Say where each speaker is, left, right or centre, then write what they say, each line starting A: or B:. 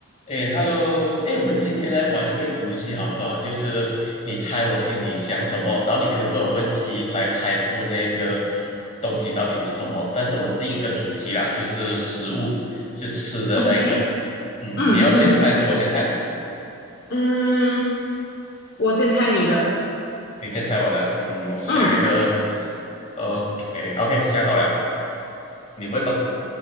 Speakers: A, on the left; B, on the left.
A: 哎，Hello，哎，我们今天来玩一个游戏好不好？就是你猜我心里想什么，然后你可以问我问题来猜出那个东西到底是什么。但是我们定一个主题啦，就是食物，是吃的那个。
B: OK，
A: 嗯，
B: 嗯嗯
A: 你要先猜，是我先猜，
B: 嗯，我先猜你的。
A: 你先猜我的。嗯，我想一个。
B: 嗯，
A: OK，OK，想好了，你问吧。